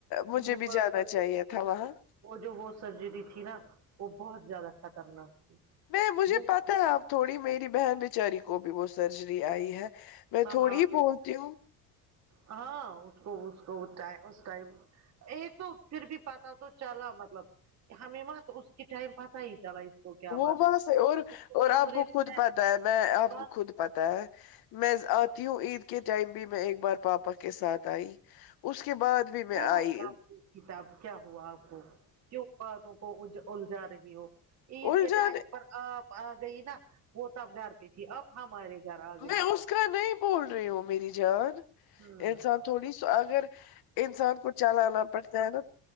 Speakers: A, on the left; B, on the right.
A: مجھے
B: وہ
A: بھی جانا
B: سرجری
A: چاہیے
B: تھی
A: تھا وہاں
B: نا وہ جو وہ سرجری تھی نا وہ بہت زیادہ خطرناک تھی
A: نہیں مجھے
B: بہت
A: پتا ہے آپ تھوڑی میری بہن بیچاری کو بھی وہ سرجری آئی ہے میں
B: ہم
A: تھوڑی
B: آ گئے
A: بولتی
B: ہیں
A: ہوں
B: ہاں اس کو اس کو اس ٹائم ایک تو پھر بھی پتا تو چلا مطلب ہمیں وہاں تو اس کے ٹائم پتا ہی چلا اس کو کیا
A: وہ
B: بات
A: وہا سے ہے اور
B: اس
A: اور آپ
B: کمرے
A: کو خود
B: میں
A: پتا ہے میں آپ
B: بس
A: کو خود پتا ہے میں آتی ہوں عید کے ٹائم بھی میں ایک بار پاپا کے ساتھ آئی اس کے بعد بھی میں
B: وہ
A: آئی
B: کارتی تھی تب کیا ہوا آپ کو کیوں باتوں کو الجا رہی ہو عید
A: الجھان
B: کے ٹائم
A: میں
B: پر آپ آ گئی نا وہ توب گر پے تھی اب ہمارے گر آ گئی
A: میں
B: تھی
A: اس کا نہیں بول رہی ہو میری جان
B: ہوں
A: انسان تھوڑی س اگر انسان کو چلالا پڑتا ہے نا